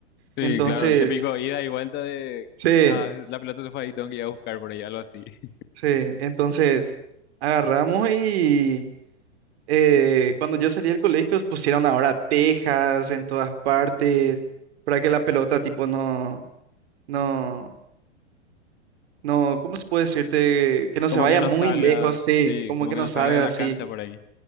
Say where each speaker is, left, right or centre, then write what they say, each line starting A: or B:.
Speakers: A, on the left; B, on the right.
A: Sí,
B: Sí, Entonces,
A: claro, el típico ida y vuelta de,
B: <laughs>
A: ah,
B: sí,
A: la pelota se fue ahí, tengo que ir a buscar por ahí, algo así. <laughs>
B: sí, entonces agarramos y eh, cuando yo salí del colegio pusieron ahora tejas en todas partes para que la pelota tipo no, no, no, ¿cómo se puede decirte? Que no
A: Como
B: se vaya
A: que no
B: muy
A: salga,
B: no lejos, sí,
A: sí,
B: como
A: como
B: que
A: que
B: no
A: no
B: Sí,
A: salga
B: salga
A: de la
B: así.
A: cancha por ahí.